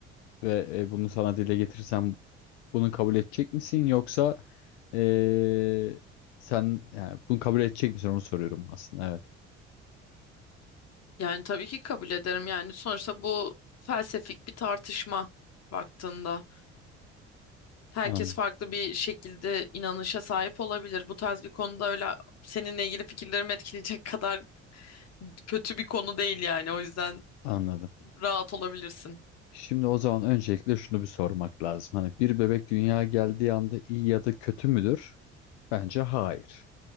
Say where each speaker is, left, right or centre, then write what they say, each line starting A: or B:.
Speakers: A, on the left; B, on the left.
A: ve e, bunu sana dile getirirsem bunu kabul edecek misin yoksa e, sen yani bunu kabul edecek misin onu soruyorum aslında evet.
B: Yani tabii ki kabul ederim. Yani sonuçta bu felsefik bir tartışma baktığında. Herkes
A: An-
B: farklı bir şekilde inanışa sahip olabilir. Bu tarz bir konuda öyle seninle ilgili fikirlerimi etkileyecek <laughs> kadar kötü bir konu değil yani. O yüzden
A: anladım.
B: rahat olabilirsin.
A: Şimdi o zaman öncelikle şunu bir sormak lazım. Hani bir bebek dünyaya geldiği anda iyi ya da kötü müdür? Bence hayır.